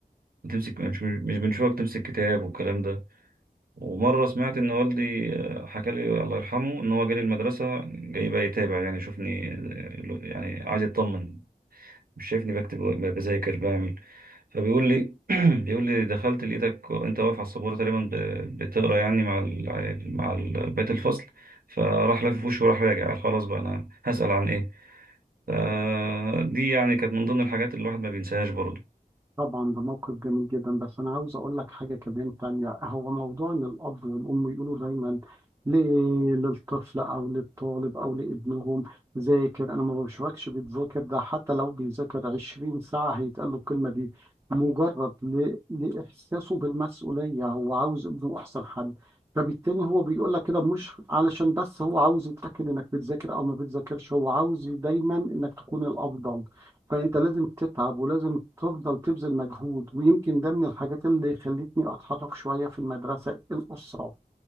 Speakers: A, on the right; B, on the right.
A: بتمسك مش مش بنشوفك تمسك كتاب والكلام ده ومرة سمعت إن والدي آه، حكى لي الله يرحمه إن هو جالي المدرسة جاي بقى يتابع يعني يشوفني آه، يعني عايز يطمن مش شايفني بكتب بذاكر بعمل فبيقول لي <clears throat> بيقول لي دخلت لقيتك أنت واقف على السبورة تقريبا ب- بتقرا يعني مع ال مع ال- بقية الفصل فراح لافف وشه وراح راجع قال خلاص بقى أنا هسأل عن إيه فدي يعني كانت من ضمن الحاجات اللي الواحد ما بينساهاش برضه
B: طبعا ده موقف جميل جدا بس انا عاوز اقول لك حاجه كمان تانية هو موضوع ان الاب والام يقولوا دايما ليه للطفل او للطالب او لابنهم ذاكر انا ما بشوفكش بتذاكر ده حتى لو بيذاكر 20 ساعه هيتقال له الكلمه دي مجرد ل... لاحساسه بالمسؤوليه هو عاوز ابنه احسن حل فبالتالي هو بيقول لك كده مش علشان بس هو عاوز يتاكد انك بتذاكر او ما بتذاكرش هو عاوز دايما انك تكون الافضل فانت لازم تتعب ولازم تفضل تبذل مجهود ويمكن ده من الحاجات اللي خلتني اتحرك شويه في المدرسه الاسره